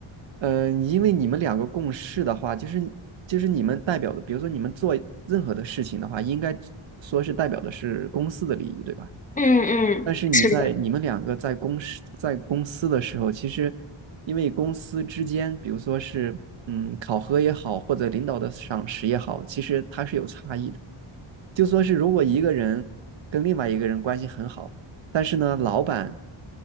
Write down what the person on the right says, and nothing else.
嗯，因为你们两个共事的话，就是就是你们代表的，比如说你们做任何的事情的话，应该说是代表的是公司的利益，对吧？
但是你在你们两个在公司在公司的时候，
其实因为公司之间，比如说是嗯考核也好，或者领导的赏识也好，其实它是有差异的。就说是如果一个人跟另外一个人关系很好，但是呢，老板